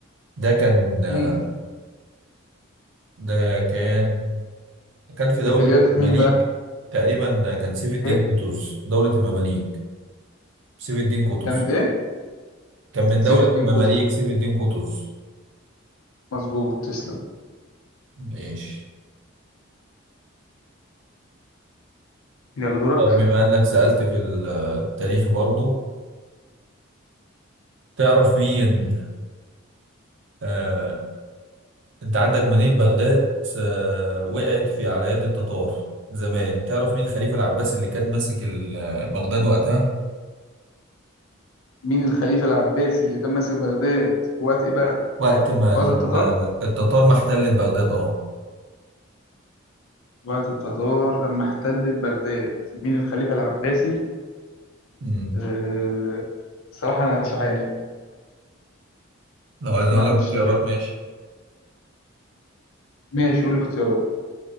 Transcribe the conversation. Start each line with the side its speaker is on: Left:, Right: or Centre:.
Right: ده كان آه،
Left: مم.
Right: ده كان كان في
Left: بقيادة
Right: دولة المماليك
Left: مين بقى؟
Right: تقريبا كان سيف الدين
Left: إيه؟
Right: قطز دولة المماليك سيف الدين قطز
Left: كانت إيه؟
Right: كان من
Left: سيف
Right: دولة
Left: الدين
Right: المماليك
Left: قطز
Right: سيف الدين قطز
Left: مظبوط تسلم
Right: ماشي
Left: يلا دورك
Right: طب بما انك سألت في التاريخ برضو تعرف مين آه، انت عندك مدينة بغداد س- وقعت في على يد التتار زمان تعرف مين الخليفة العباسي اللي كان ماسك ال- بغداد وقتها
Left: مين الخليفة العباسي اللي كان ماسك بغداد في وقت إيه بقى؟
Right: وقت ما
Left: في
Right: ال-
Left: وقت التتار؟
Right: التتار ما احتلت بغداد اه
Left: وقت التتار أما احتلت بغداد مين الخليفة العباسي؟
Right: مم.
Left: أه... صراحة أنا مش عارف
Right: لو عايز
Left: لا
Right: اقول لك
Left: مش
Right: اختيارات ماشي
Left: ماشي قول الاختيارات